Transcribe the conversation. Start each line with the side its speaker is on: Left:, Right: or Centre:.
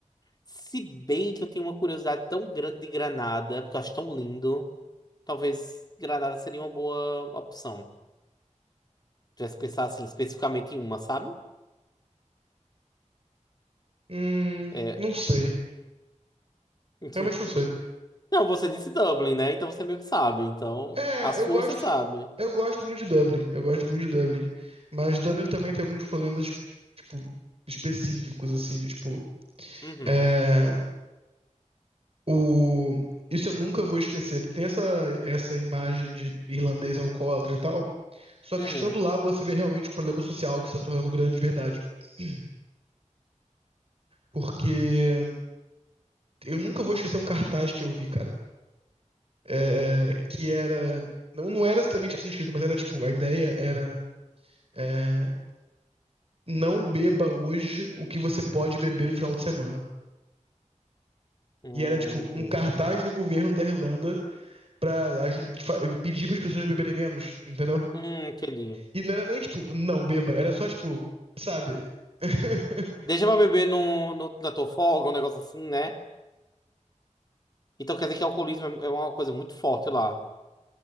Left: Se bem que eu tenho uma curiosidade tão grande de Granada, porque eu acho tão lindo, talvez Granada seria uma boa opção. Já se pensar assim, especificamente em uma, sabe?
Right: Hum,
Left: É...
Right: não sei.
Left: <laughs>
Right: Realmente não sei.
Left: Não, você disse Dublin, né? Então você meio que sabe. Então,
Right: É,
Left: a sua
Right: eu gosto
Left: você sabe.
Right: Eu gosto muito de Dublin, eu gosto muito de Dublin, mas Dublin também tem alguns problemas, tipo, específicos, assim, de tipo,
Left: Uhum.
Right: é, o... Isso eu nunca vou esquecer, porque tem essa, essa imagem de irlandês alcoólatra e tal, só
Left: Uhum.
Right: que estando lá você vê realmente o problema social que está tornando grande de verdade. <clears throat> Porque eu nunca vou esquecer um cartaz que eu vi, cara, é, que era... Não, não era exatamente assim escrito, mas era tipo, a ideia era... eh, não beba hoje o que você pode beber no final de semana.
Left: Hum,
Right: E era tipo um cartaz do governo da Irlanda pra aju- fa- pedir pras pessoas beberem menos, entendeu?
Left: hum, aquele.
Right: E não era nem tipo, não beba, era só tipo, sabe? <laughs>
Left: Deixa pra beber no, no- na tua folga, um negócio assim, né? Então quer dizer que o alcoolismo é é uma coisa muito forte lá.